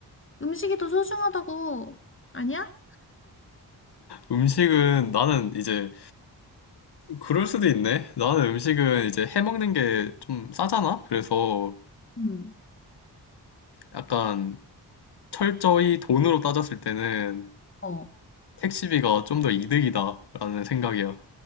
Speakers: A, on the left; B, on the left.
A: 음식이 더 소중하다고. 아니야?
B: 음식은 나는 이제 그럴 수도 있네. 나는 음식은 이제 해먹는 게 좀 싸잖아? 그래서
A: 음.
B: 약간 철저히 돈으로 따졌을 때는
A: 어.
B: 택시비가 좀 더 이득이다라는 생각이야.